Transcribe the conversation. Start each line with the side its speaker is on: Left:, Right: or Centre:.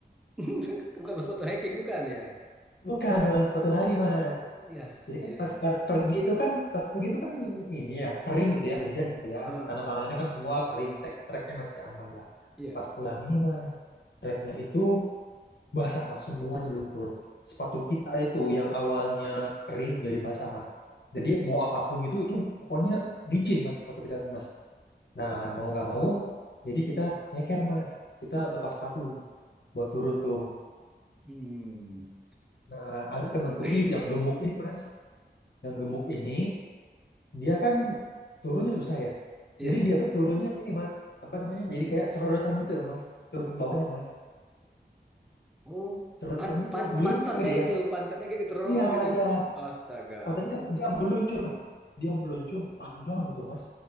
Centre: <laughs> Bukan masuk foto hacking, bukan ya?
Left: Bukan mas, sepatu lari mas.
Centre: Iya,
Left: Jadi
Centre: iya,
Left: kan pas
Centre: iya.
Left: pas pergi itu kan pas pergi itu kan ini ya kering gitu ya hujan gitu ya
Centre: Ah,
Left: tanah-tanahnya kan semua kering trek treknya masih aman
Centre: iya.
Left: Pas pulang ini mas, treknya itu basah mas, semuanya lumpur. Sepatu kita itu yang awalnya kering jadi basah mas. Jadi mau apapun gitu, itu pokoknya licin mas sepatu kita mas. Nah mau nggak mau, jadi kita nyeker mas. Kita lepas sepatu buat turun tuh.
Centre: Hmm.
Left: Nah ada temanku
Centre: <clears throat>
Left: ini yang gemuk ini mas, yang gemuk ini dia kan turunnya susah ya.
Centre: Iya.
Left: Jadi dia tuh turunnya ini mas, apa namanya? Jadi kayak sorotan gitu loh mas, turun ke bawahnya mas
Centre: Oh,
Left: sorotan
Centre: pan,
Left: gitu
Centre: pan,
Left: meluntur
Centre: pantatnya
Left: dia
Centre: gitu, pantatnya kayak gitu, raw
Left: Iya,
Centre: gitu.
Left: iya.
Centre: Astaga.
Left: Patentnya dia dia meluncur, Mas. Dia meluncur panjang gitu, Mas.